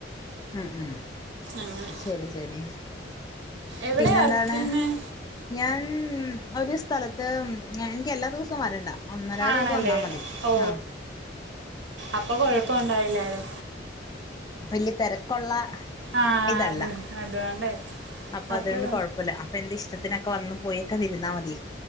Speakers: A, on the left (about 20°); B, on the right (about 80°).
A: ഉം ഉം
B: അങ്ങനെ
A: ശരി ശരി
B: എവിടെ
A: പിന്നെന്താണ്
B: വർക്ക് ചെയ്യുന്നത്
A: ഞാൻ ഒരു സ്ഥലത്ത് എനിക്ക് എല്ലാ ദിവസവും വരണ്ട ഒന്നരാടമൊക്കെ
B: ആണല്ലേ
A: വന്നാൽ മതി
B: ഓ
A: ആഹ്
B: അപ്പൊ കൊഴപ്പുണ്ടാവില്ലാല്ലെ
A: വലിയ തിരക്കുള്ള
B: ആ
A: ഇതല്ല
B: അത് അതുകൊണ്ടേ
A: അപ്പൊ
B: അപ്പോൾ
A: അതുകൊണ്ട് കുഴപ്പോല്ല അപ്പോ എന്റെ ഇഷ്ടത്തിനൊക്കെ വന്ന് പോയൊക്കെ ഇരുന്നാമതി